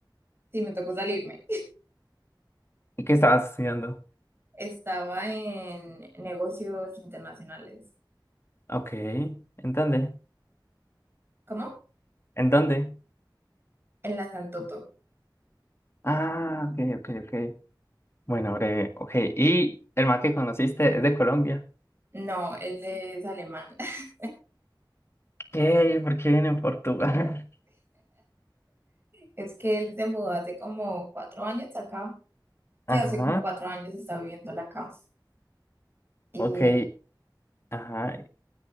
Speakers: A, on the right (about 30°); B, on the left (about 30°).
A: Sí, me tocó salirme.
B: ¿Y qué estabas estudiando?
A: <laughs> Estaba en negocios internacionales.
B: Ok, ¿en dónde?
A: ¿Cómo?
B: ¿En dónde?
A: En la Santoto.
B: Ah, ok, ok, ok. Bueno, breve, ok. ¿Y el man que conociste es de Colombia?
A: No, él es alemán. <laughs>
B: ¿Qué? ¿Por qué viene en Portugal?
A: Es que él se mudó hace como cuatro años acá. Sí,
B: <laughs> Ajá,
A: hace como cuatro años está viviendo acá. Y,
B: ok, ajá.